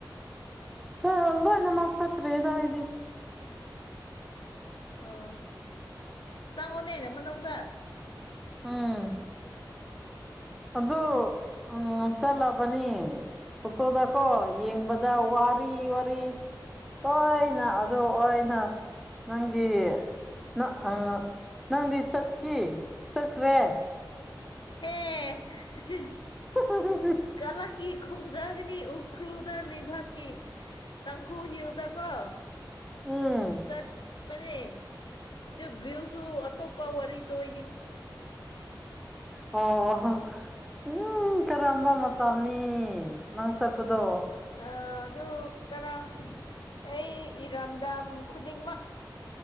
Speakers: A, in the centre; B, on the left.
A: ꯆꯂꯣ ꯂꯣꯏꯅꯃꯛ ꯆꯠꯇ꯭ꯔꯤꯗ ꯑꯩꯗꯤ꯫
B: ꯑꯣ ꯆꯪꯉꯣꯅꯦ ꯃꯅꯨꯡꯗ꯫
A: ꯎꯝ ꯑꯗꯨꯗꯨ ꯎꯝ ꯆꯂꯕꯅꯦ ꯐꯣꯇꯣꯗꯀꯣ ꯌꯦꯡꯕꯗ
B: ꯎꯝ
A: ꯋꯥꯔꯤ ꯋꯥꯔꯤ꯫ ꯇꯣꯏꯅ ꯑꯗꯨ ꯑꯣꯏꯅ꯫ ꯅꯪꯒꯤ ꯑꯥ ꯅꯪꯗꯤ ꯆꯠꯈꯤ ꯆꯠꯈ꯭ꯔꯦ?
B: ꯍꯦ <unintelligible>
A: <unintelligible>
B: ꯀꯂꯛꯀꯤ ꯈꯨꯝꯖꯒꯅꯤ ꯎꯈ꯭ꯔꯨꯜꯗ ꯂꯩꯕꯥꯛꯀꯤ꯫ ꯇꯪꯈꯨꯜ ꯍꯤꯜꯗ ꯀꯣ
A: ꯎꯝ
B: ꯆꯠ ꯄꯅꯦ ꯑꯗꯨ ꯚ꯭ꯌꯨꯁꯨ ꯑꯇꯣꯞꯄ ꯋꯥꯔꯤ ꯇꯣꯏꯅꯤ꯫
A: ꯑꯣ ꯎꯝ ꯀꯔꯝꯕ ꯃꯇꯝꯅꯤ ꯅꯪ ꯆꯠꯄꯗꯣ?
B: ꯑ ꯑꯗꯨ ꯀꯔ ꯑꯩ ꯏꯔꯝꯗꯝ ꯈꯨꯗꯤꯡꯃꯛ